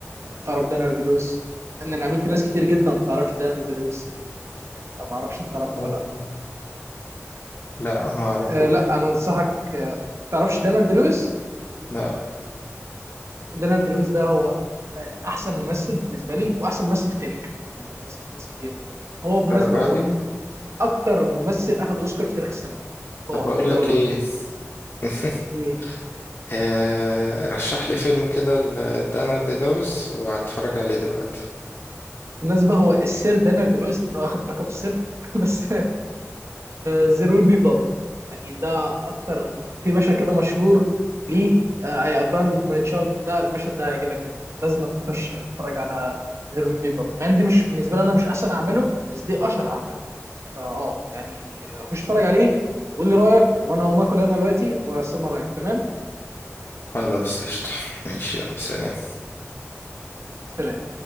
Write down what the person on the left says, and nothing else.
آه.
لا ما أعرفوش
لا
الدرجة
دي
طب أقول
لك إيه <laughs>
آه... رشح لي فيلم كده لدانالد دي لويس وهتفرج عليه دلوقتي
خلاص قشطة ماشي يلا سلام